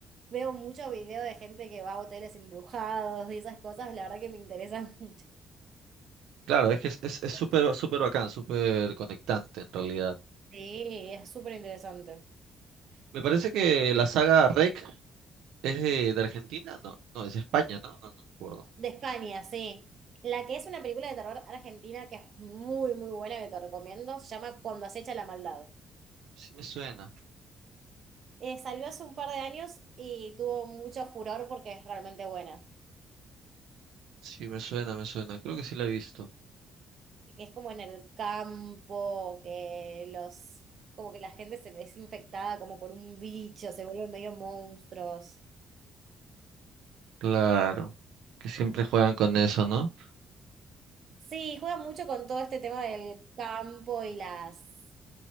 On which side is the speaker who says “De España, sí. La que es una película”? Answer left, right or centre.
Right